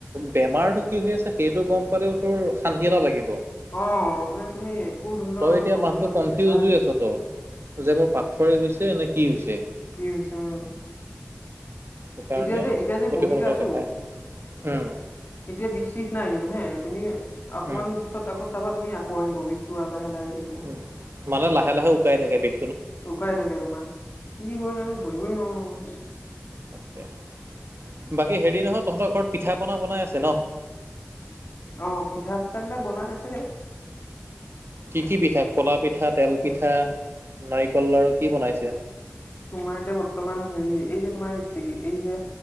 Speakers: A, on the right; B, on the left.
A: বেমাৰতটো কি হৈ আছে সেইটো গম পালেও তোৰ শান্তি এটা লাগিব
B: অ মানে তুমি একো ধৰি লও
A: তই এতিয়া
B: গম
A: মানুহটো
B: নাপালে
A: কনফিউজ
B: দিগদাৰ
A: হৈ আছ যে মোৰ পাথৰে হৈছে নে কি হৈছে
B: কি হৈছে উম
A: সেইকাৰণে
B: এতিয়া যে এতিয়া যে
A: অতি
B: বহি
A: সোনকালে
B: যে আছো
A: দেখায় উম
B: এতিয়া বিশ চিশ নাই কিন্তু হে তুমি অকমান
A: উম,
B: পিছত আকৌ চাবা তুমি আকৌ আহিব বিষটো লাহে লাহে থাকিব।
A: উ মানে লাহে লাহে উুকাই থাকে বিশ
B: উকাই থাকে তোমাৰ কি হয় জানো ধৰিবই নোৱাৰো ময়
A: বাকী হেৰি নহয় তহঁতৰ ঘৰত পিঠা পনা বনাই আছে ন
B: অ পিঠা চিঠা বিলাক বনাই আছে
A: কি কি পিঠা খোলা পিঠা তেল পিঠা নাৰিকল লাৰু কি বনাইছে?
B: তোমাৰ এতিয়া বৰ্তমান হেৰি এই যে তোমাৰ কি এই যে